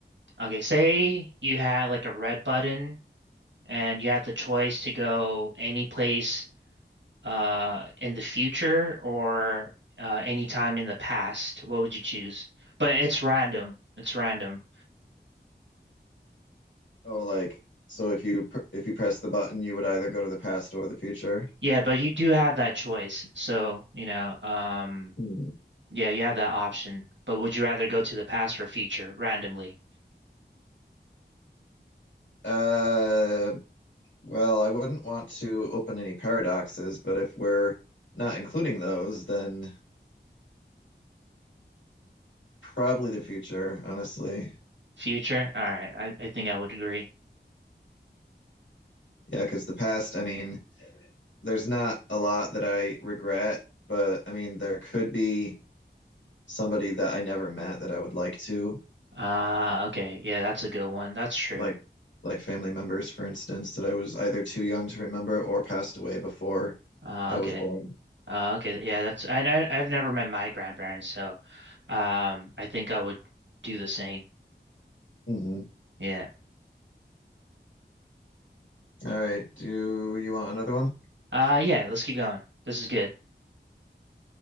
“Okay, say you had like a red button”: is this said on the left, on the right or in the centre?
Right